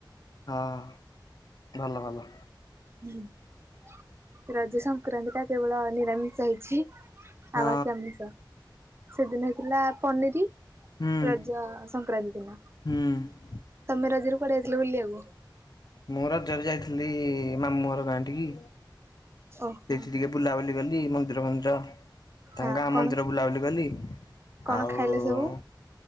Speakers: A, on the left; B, on the right.
A: ହଁ ଭଲ ଭଲ।
B: ହୁଁ ରଜ ସଂକ୍ରାନ୍ତି ଟା କେବଳ ନିରାମିଷ ହେଇଛି। ଆଉ
A: ହଁ
B: ବାକି ଆମିଷ ସେଦିନ ହେଇଥିଲା ପନିର
A: ହୁଁ।
B: ରଜ ସଂକ୍ରାନ୍ତି ଦିନ
A: ହୁଁ।
B: ତମେ ରଜ ରେ କୁଆଡେ ଯାଇଥିଲ ବୁଲିବାକୁ?
A: ମୁଁ ରଜରେ ଯାଇଥିଲି ମାମୁଁ ଘର ଗାଁ ଟି କି।
B: ଓହୋ
A: ସେଇଠି ଟିକେ ବୁଲାବୁଲି କଲି ମନ୍ଦିର ଫନ୍ଦିର ତା
B: ହଁ
A: ଗାଁ
B: କଣ
A: ମନ୍ଦିର ବୁଲାବୁଲି କଲି।
B: କଣ
A: ଆଉ
B: ଖାଇଲେ ସବୁ?